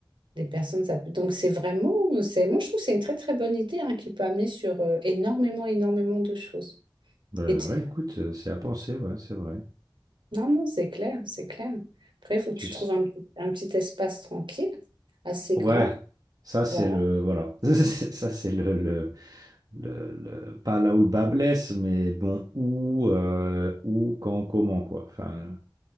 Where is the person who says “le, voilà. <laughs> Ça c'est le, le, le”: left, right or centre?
Right